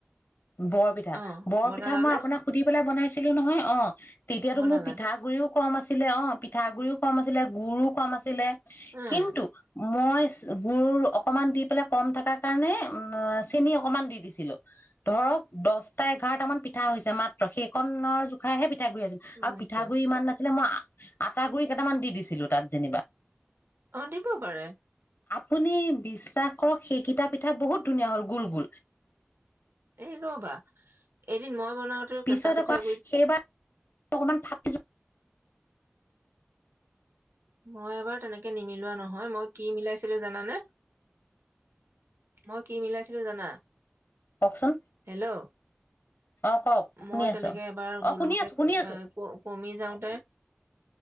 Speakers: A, on the left; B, on the right.
A: বৰপিঠা
B: অ
A: বৰ
B: বনালানে
A: পিঠা মই আপোনাক সুধি পেলাই বনাই আছিলোঁ নহয় অ। তেতিয়াতো
B: বনালা
A: মোৰ পিঠা গুড়িও কম আছিলে অ পিঠা গুড়িও কম আছিলে, গুড়ু কম আছিলে।
B: উম
A: কিন্তু মই--গুড় অকমান দি পেলাই কম থকা কাৰণে উম--চেনি অকমান দি দিছিলোঁ। ধৰক দহটা এঘাৰটা মান পিঠা হৈছে মাত্ৰ সেইকনৰ জোখাৰহে পি পিঠাগুৰি আছিল
B: বুজিছো
A: আৰু পিঠাগুৰি ইমান নাছিলে মই আ আটা গুৰি কেইটামান দি দিছিলোঁ তাত যেনিবা।
B: অ দিব পাৰে।
A: কোনে বিশ্বাস কৰক সেইকেইটা পিঠা বহুত ধুনীয়া হ'ল গোল গোল।
B: এই ৰ'বা। এদিন মই বনাওতেও কেঁচা
A: পিছত
B: পিঠাগুৰিত
A: আকৌ সেইবাৰ অকমান ফাটি যো
B: মই এবাৰ তেনেকে নিমিলোৱা নহয়, মই কি মিলাইছিলো জানানে? মই কি মিলাইছিলো জানা?
A: যোৱা কওকচোন
B: হেল্ল'
A: অ কওক শুনি
B: মই
A: আছো
B: তেনেকে এবাৰ
A: অ
B: গলোতে
A: শুনি আছো শুনি
B: এ
A: আছো
B: ক-কমি যাওঁতে